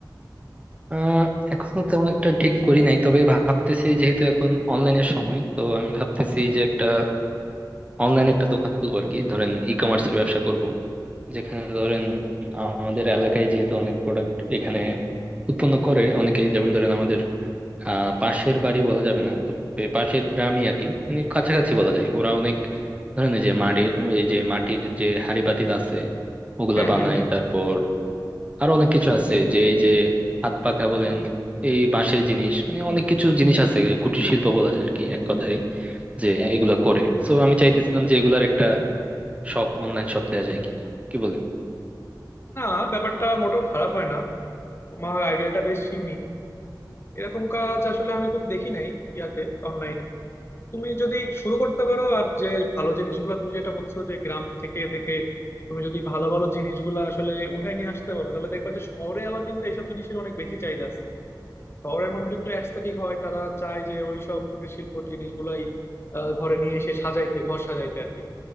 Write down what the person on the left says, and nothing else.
হ্যাঁ
হ্যাঁ হ্যাঁ
না ব্যাপারটা মোটেও খারাপ হয় না তোমার আইডিয়াটা বেশ ইউনিক এরকম কাজ আসলে আমি খুব দেখি নাই ইয়াতে অনলাইনে তুমি যদি শুরু করতে পারো আর যে ভালো জিনিসগুলো তুমি যেটা বলছো যে গ্রাম থেকে থেকে তুমি যদি ভালো ভালো জিনিসগুলো আসলে উঠাই নিয়ে আসতে পারো তাহলে দেখবা যে শহরে আবার কিন্তু এইসব জিনিসের অনেক বেশি চাহিদা আছে শহরের মানুষ একটু অ্যাস্থেটিক হয় তারা চায় যে ওইসব কুটির শিল্পর জিনিসগুলাই আহ, ঘরে নিয়ে এসে সাজাইতে ঘর সাজাইতে আর কি